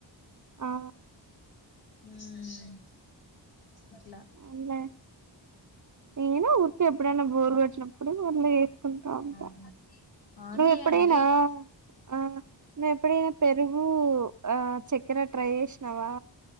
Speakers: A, on the right; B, on the left.
A: ఆ
B: మ్మ్ అట్లా
A: అవున్లే నేను ఊరికే ఎప్పుడనా బోర్ కోటి అప్పుడు అట్లా చేసుకుంటా ఉంటా
B: ఆ అవునులే
A: నువ్వెప్పుడైనా
B: అంతే
A: ఆ నువ్వెప్పుడైనా పెరుగు ఆ చక్కెర ట్రై చేసినావా